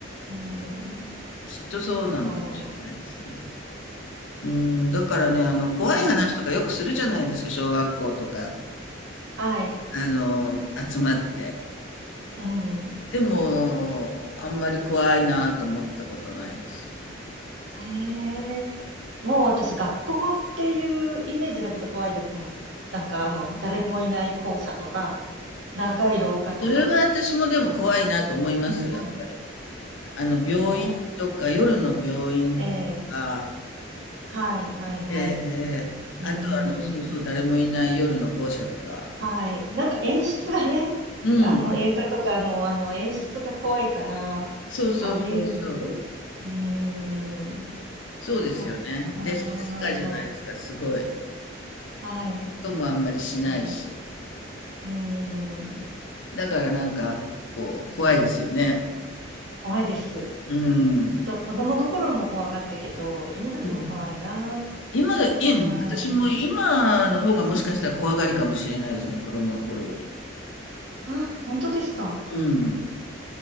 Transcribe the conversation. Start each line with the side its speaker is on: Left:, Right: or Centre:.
Right: うん。
Left: きっとそうなのかもしれないですね。
Right: そ
Left: うん、だからね、あの、怖い話とかよくするじゃないですか、
Right: う。うん、
Left: 小学校とか、
Right: はい。
Left: あの、集まって。
Right: うん。
Left: でも、あんまり怖いなと思ったことないんですよ。
Right: へえ。もう私、学校っていうイメージだけど怖いですもん。なんかあの、誰もいない校舎とか、長い廊下とか。
Left: それは私もでも怖いなと思います、
Right: うん
Left: やっぱり。あの、病院とか、
Right: ね。
Left: 夜の病院とか、
Right: ええはい、はい、はい。
Left: ええええ、あとあの、
Right: うーん。
Left: そうそう、誰もいない夜の校舎とか。
Right: はい。なんか演出がね、
Left: うん、
Right: あの、映画とかの、あの、演出が怖いから、あ
Left: そうそうそうそう。
Right: あいうイメージうーん。
Left: そうですよね。
Right: そっか。
Left: で、静かじゃないですか、すごい。
Right: はい。
Left: 音もあんまりしないし。
Right: うん。うーん。
Left: だからなんか、こう、怖いですよね。
Right: 怖いです。
Left: うん。
Right: と子供の頃も怖かったけど、今でも怖いな。
Left: うん今が、い私も今の方がもしかしたら怖がりかもしれないですね、
Right: うん。
Left: 子供の頃より。
Right: あ、本当ですか。
Left: うん、